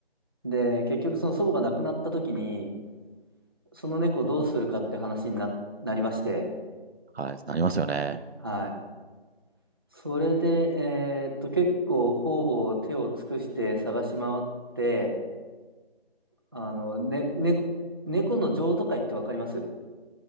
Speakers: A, on the right; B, on the right.
A: で、結局その祖母が亡くなった時に、その猫どうするかって話にな、なりまして、
B: はい、なりますよね。
A: はい。それで、えーっと、結構方々手を尽くして探し回って、あの、ね、ね、猫の譲渡会ってわかります